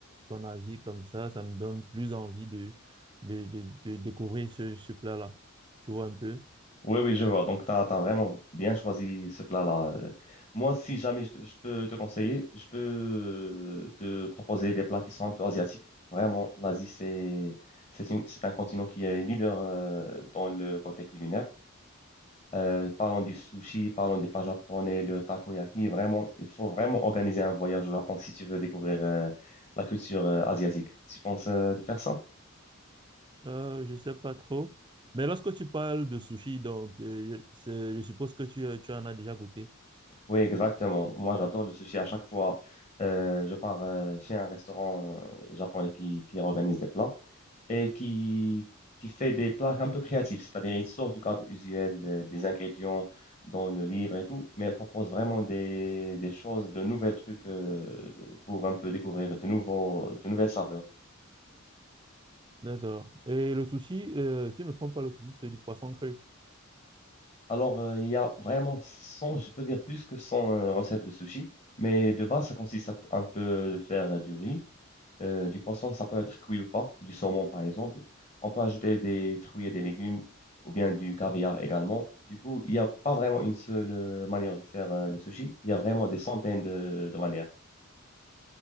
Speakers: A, on the right (about 20°); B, on the left (about 30°).
A: ton avis comme ça, ça me donne plus envie de, de, de, de découvrir ce, ce plat-là. Tu vois un peu?
B: Oui, oui, je vois. Donc, tu as, vraiment bien choisi ce plat-là. Euh, Moi, si jamais je, te- je peux te conseiller, je peux euh, te proposer des plats qui sont un peu asiatiques. Vraiment, l'Asie, c'est, c'est une- c'est un continent qui est leader euh, dans le côté culinaire. Euh, parlons du sushi, parlons des plats japonais, le takoyaki. Vraiment, il faut vraiment organiser un voyage au Japon si tu veux découvrir euh, la culture euh, asiatique. Tu penses euh, de faire ça?
A: Euh, je sais pas trop. Mais lorsque tu parles de sushi, donc, euh, c'est- je suppose que tu, tu en as déjà goûté.
B: Oui, exactement. Moi, j'adore le sushi. À chaque fois, euh, je pars euh, chez un restaurant euh, japonais qui, qui organise des plats et qui, qui fait des plats un peu créatifs. C'est-à-dire, il sort du cadre usuel de- des ingrédients dans le livre et tout, mais il propose vraiment des, des choses, de nouveaux trucs euh, pour un peu découvrir de nouveaux, de nouvelles saveurs.
A: D'accord. Et le sushi, euh, si je ne me trompe pas, le sushi, c'est du poisson cru.
B: Alors, euh, il y a vraiment 100, je peux dire plus que 100 euh, recettes de sushi, mais de base, ça consiste un peu de faire euh, du riz Euh, du poisson, ça peut être cuit ou pas, du saumon par exemple. On peut ajouter des fruits et des légumes ou bien du caviar également. Du coup, il n'y a pas vraiment une seule euh, manière de faire euh, le sushi. Il y a vraiment des centaines de, de manières.